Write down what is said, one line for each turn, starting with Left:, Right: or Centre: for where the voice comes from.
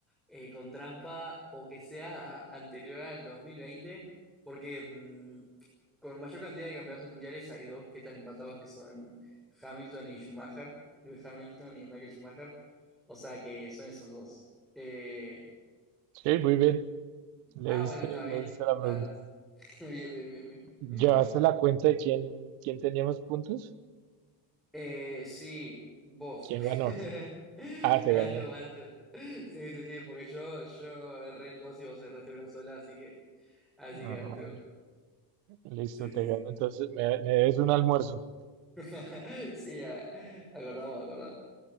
Centre: eh, con trampa, o que sea anterior al 2020 porque mm, con mayor cantidad de campeonatos mundiales hay dos que están empatados, que son Hamilton y Schumacher, Lewis Hamilton y Michael Schumacher, o sea que son esos dos. Eh,
Right: Sí, muy bien. Le
Centre: ah,
Right: diste,
Centre: bueno, estaba
Right: le
Centre: bien,
Right: diste la
Centre: está
Right: pregunta.
Centre: ta, ta. <laughs> Bien, bien, bien,
Right: ¿Llevaste
Centre: bien.
Right: la cuenta de quién, quién tenía más puntos?
Centre: Eh, sí, vos.
Right: ¿Quién
Centre: <laughs>
Right: ganó?
Centre: Ganaste
Right: Ah, te gané.
Centre: vos, ganaste vos. Sí, sí, sí, porque yo, yo erré en dos y vos erraste una sola, así que, así
Right: Ah,
Centre: que ganaste
Right: bueno.
Centre: vos.
Right: Listo,
Centre: Sí,
Right: te
Centre: sí, sí.
Right: gano. Entonces, me, me debes un almuerzo.
Centre: <laughs> Sí, a- acordamos, acordamos.